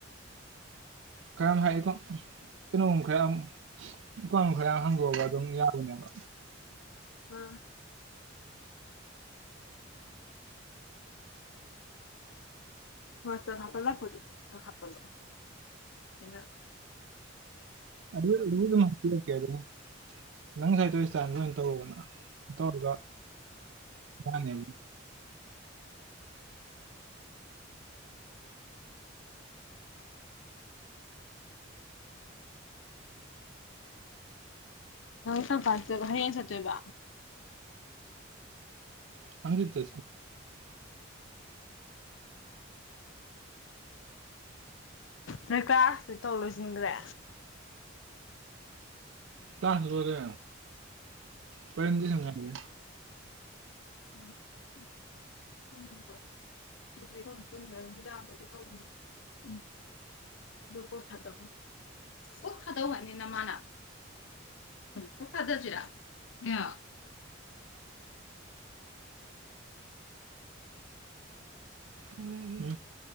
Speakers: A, on the right; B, on the left.
A: ꯀꯔꯝ ꯍꯥꯏꯌꯦꯀꯣ ꯀꯩꯅꯣꯝ ꯈꯔ ꯎꯄꯥ ꯈꯔ ꯍꯥꯡꯗꯣꯛꯑꯒ ꯑꯗꯨꯝ ꯌꯥꯕꯅꯦꯕ
B: ꯑꯝ ꯍꯣꯏ ꯆ ꯍꯥꯄ ꯂ ꯍꯥꯄ ꯂꯑꯣ ꯑꯩꯅ
A: ꯑꯗꯨ ꯑꯗꯨ ꯑꯗꯨꯝ ꯍꯥꯏꯕꯤꯔꯛꯀꯦ ꯑꯗꯨꯝ ꯅꯪ ꯁꯥꯏꯇꯣꯏ ꯁꯇꯥꯏ ꯂꯣꯏ ꯇꯧꯔꯨꯕꯅ ꯇꯧꯔꯒ ꯏꯅꯦ
B: <unintelligible> <unintelligible> ꯁꯄꯕ ꯍꯦ ꯆꯇꯦꯕ
A: ꯑꯪꯗꯤ ꯀ
B: ꯅꯣꯏ ꯀ꯭ꯂꯥꯁꯇꯤ ꯇꯧ ꯂꯣꯏꯁꯤꯟꯈ꯭ꯔꯦ
A: ꯆꯥꯁꯔ ꯄꯗꯤ ꯁꯉꯥꯏꯔꯦ
B: ꯑꯝ ꯎ ꯀꯣꯤꯆꯦ ꯊ ꯇꯨꯝꯈ꯭ꯔꯗꯤ ꯍꯤꯗꯥꯛꯇꯗꯤ ꯇꯧꯕꯅꯤ ꯎꯝ ꯑꯗꯨ ꯀꯣꯛ ꯊꯥꯗꯧꯕ ꯀꯣꯛ ꯊꯥꯗꯧ ꯍꯥꯏꯅꯤꯅ ꯃꯥꯅ ꯆ ꯈꯥꯗꯖꯤꯔꯥ ꯑ
A: ꯎ